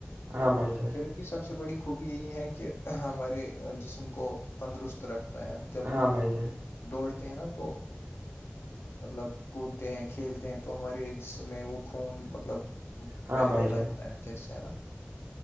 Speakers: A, on the right; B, on the left.
A: ہاں بھائی جان
B: کھیل کی سب سے بڑی خوبی یہی ہیں کی ہمارے جسم کو تندرست رکھتا ہے جب
A: ہاں
B: ہم
A: بھائی جان
B: دوڑتے ہیں نا تو مطلب کود تے ہیں کھیلتے ہیں تو ہمارے جسم میں وہ خون مطلب
A: ہاں
B: بہنے
A: بھائی جان
B: لگتا ہے اچھے سے ہے نا